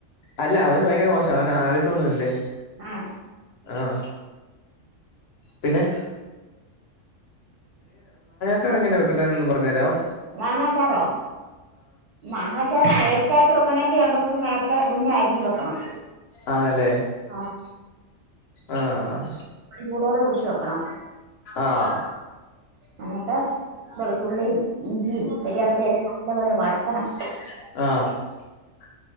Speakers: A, on the left; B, on the right.
A: അല്ല അവന് ഭയങ്കര മോശം അവന് ആദ്യത്തൊന്നും ഇല്ലേ,
B: ആ
A: ആഹ പിന്നെ? ഇ എങ്ങനെന്നതൊന്ന് പറഞ്ഞ തരോ <inaudible>
B: മാങ്ങാച്ചാറോ മാങ്ങാച്ചാർ ടേസ്റ്റ് ആയിട്ട് വെക്കണെങ്കി രണ്ടു ദിവസം നേരത്തെ മുന്നേ അരിഞ്ഞ വെക്കണം
A: ആണല്ലേ
B: ആഹ
A: ആഹ്
B: ചൂടൊള്ളം ഒഴിച്ചു വെക്കണം.
A: ആഹ
B: എന്നിട്ട് വെളുതുള്ളിയും ഇഞ്ചിയും വെരിയാപ്പല എല്ലാം നല്ലപോലെ വഴറ്റണം.
A: ആഹ <unintelligible>